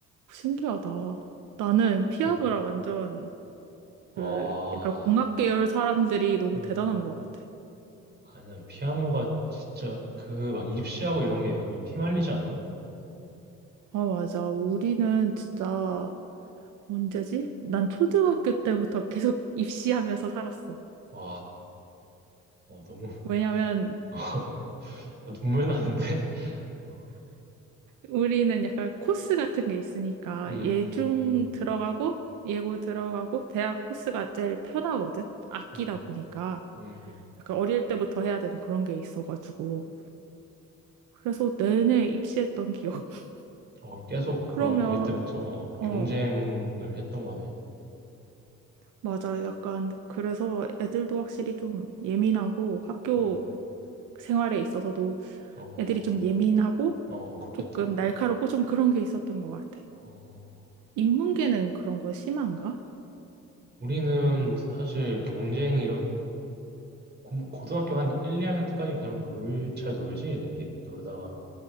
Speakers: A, on the right; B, on the right.
A: 신기하다. 나는 피아노라
B: 음.
A: 완전
B: 와,
A: 그 약간 공학 계열 사람들이 너무
B: 음,
A: 대단한 것 같아.
B: 아니야. 피아노가 진짜 그 막 입시하고 이런 게 완전 피말리지 않아?
A: 아, 맞아. 우리는 진짜 언제지? 난 초등학교 때부터 계속 입시하면서 살았어.
B: 와, 어, 너무
A: 왜냐면
B: <laughs> 약간 눈물 나는데? 어,
A: 우리는 약간 코스 같은 게 있으니까
B: 음,
A: 예중 들어가고 예고 들어가고 대학 코스가 제일 편하거든. 아끼다
B: 음,
A: 보니까
B: 음.
A: 약간 어릴 때부터 해야 되는 그런 게 있어가지고 그래서 내내 입시했던 기억. <laughs>
B: 어, 계속
A: 그러면
B: 그럼 어릴 때부터 어,
A: 어
B: 경쟁을 했던 거네.
A: 맞아 약간 그래서 애들도 확실히 좀 예민하고 학교
B: 어,
A: 생활에 있어서도
B: 어,
A: 애들이 좀 예민하고
B: 어, 그렇겠다.
A: 조금 날카롭고 좀 그런 게 있었던 것 같아.
B: 어,
A: 인문계는 그런 거 심한가?
B: 우리는 사실 경쟁 이런 고- 고등학교 한 1, 2학년 때까지는 그냥 놀, 잘 놀지, 애들끼리. 놀다가